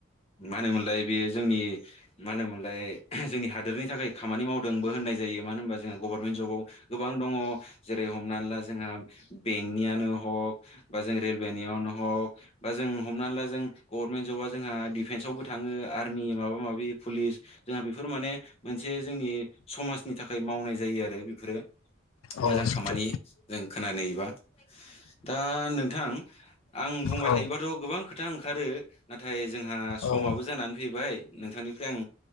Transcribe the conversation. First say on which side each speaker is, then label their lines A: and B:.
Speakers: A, on the left; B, on the left.
A: मा होनोमोनलाय बेयो जोंनि मा होनोमोनलाय जोंनि हादोरनि थाखाय खामानि मावदोंबो होननाय जायो मानो होनबा जोङो गभारमेन्ट जबाव गोबां दङ जेरै हमनानै ला जोंहा बेंकनियानो हक बा जों रेलवेनियावनो हक बा जों हमनानै ला जों गभारमेन्ट ज'बा जोंहा डिफेन्सआवबो थाङो आर्मि माबा माबि फुलिस जोंहा बिफोर माने मोनसे जोंनि समाजनि थाखाय मावनाय जायो आरो बिफोरो
B: औ
A: मोजां
B: सैथो
A: खामानि जों खोनानोयोबा दा नोंथां आं बुंबाय
B: औ
A: थायोबाथ' गोबां खोथ था ओंखारो नाथाय जोंहा
B: औ
A: समाबो जानानै फैबाय नोंथांनिफ्राय आं